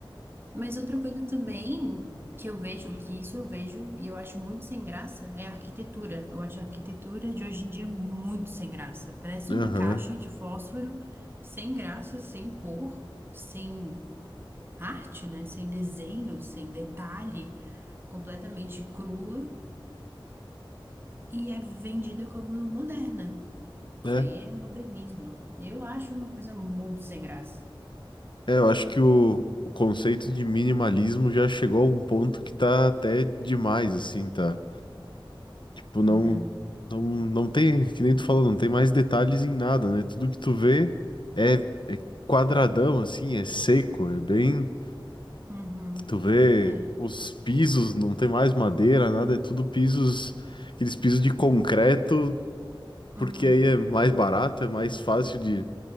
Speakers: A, on the right; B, on the left.
A: Mas outra coisa também que eu vejo, que isso eu vejo e eu acho muito sem graça, é a arquitetura. Eu acho a arquitetura de hoje em dia muito sem graça. Parece
B: aham,
A: uma caixa de fósforo sem graça, sem cor, sem arte, né? Sem desenho, sem detalhe, completamente crua e é vendida como moderna. Isso
B: né?
A: aí é modernismo. Eu acho uma coisa muito sem graça.
B: É, eu acho que o, o conceito de minimalismo já chegou a um ponto que tá até demais, assim, tá? Tipo, não,
A: Uhum.
B: não, não tem, que nem tu falou, não tem mais detalhes em nada, né? Tudo que tu vê é, é quadradão, assim, é seco, é bem.
A: Uhum.
B: Tu vê
A: É.
B: os pisos, não tem mais madeira, nada, é tudo pisos, aqueles pisos de concreto,
A: Uhum.
B: porque aí é mais barato, é mais fácil de